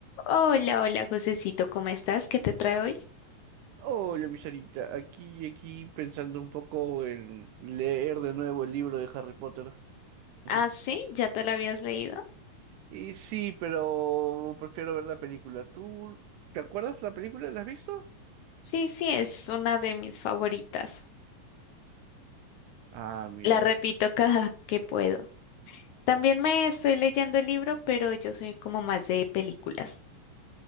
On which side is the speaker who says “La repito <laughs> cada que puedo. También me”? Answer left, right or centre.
Left